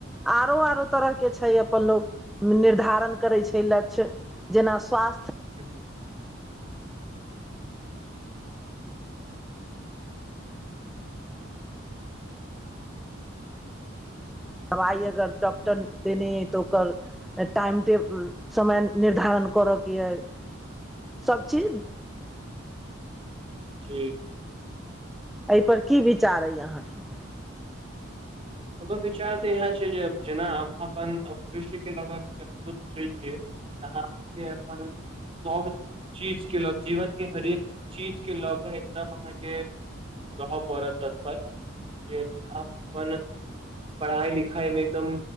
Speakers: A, in the centre; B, on the right.
A: आरो आरो तरहके छै अपन लोक निर्धारण करै छै लक्ष्य जेना स्वास्थ्य
B: ही ह <inaudible>
A: दबाइ अगर डॉक्टर देने अइ तऽ ओकर टाइम टेबुल समय निर्धारण करयके अइ सभचीज
B: जी
A: एहिपर की विचार अइ अहाँके
B: अपनर विचार तऽ इएह छै जे जेना अपन कृष्यके लऽ कऽ कनो सोचैत छियै तऽ अहाँके अपन सब चीज के ल जीवन के हरेक चीज के लऽ के एकदम अहाँके रहऽ पड़त तत्पर जे अपन पढ़ाइ लिखाइमे एकदम